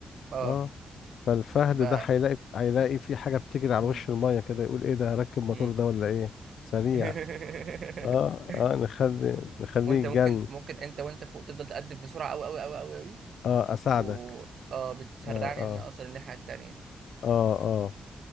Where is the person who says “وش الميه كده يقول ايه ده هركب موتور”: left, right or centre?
Left